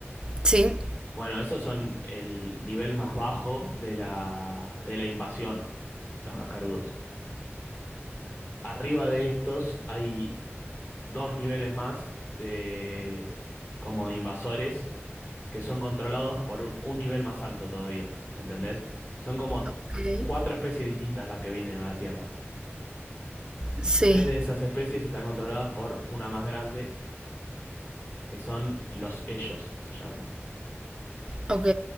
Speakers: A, on the right (about 20°); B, on the left (about 50°).
A: Sí.
B: Bueno, esos son el nivel más bajo de la, de la invasión, los cascarudos. Arriba de estos hay dos niveles más de como de invasores que son controlados por un, un nivel más alto todavía, ¿entendés? Son como
A: Ok.
B: cuatro especies distintas las que vienen a la Tierra.
A: Sí.
B: Tres de esas especies están controladas por una más grande, que son los ellos, se llaman.
A: Ok.